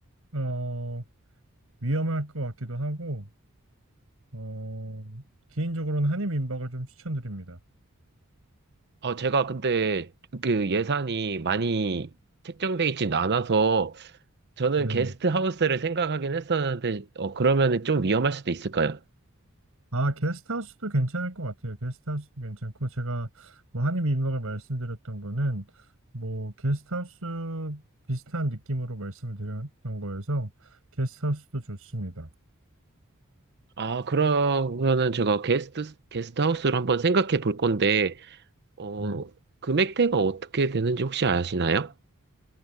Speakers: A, on the right (about 65°); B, on the right (about 50°).
A: 어, 위험할 것 같기도 하고, 어, 개인적으로는 한인 민박을 좀 추천드립니다.
B: 아, 제가 근데 그 예산이 많이 책정돼 있진 않아서 저는
A: 네.
B: 게스트 하우스를 생각하긴 했었는데, 어, 그러면은 좀 위험할 수도 있을까요?
A: 아, 게스트하우스도 괜찮을 것 같아요. 게스트하우스도 괜찮고, 제가 뭐 한입 민박을 말씀드렸던 거는, 뭐, 게스트하우스 비슷한 느낌으로 말씀을 드렸던 거여서, 게스트하우스도 좋습니다.
B: 아, 그러면은 제가 게스트, 게스트 하우스를 한번 생각해 볼 건데, 어,
A: 네.
B: 금액대가 어떻게 되는지 혹시 아시나요?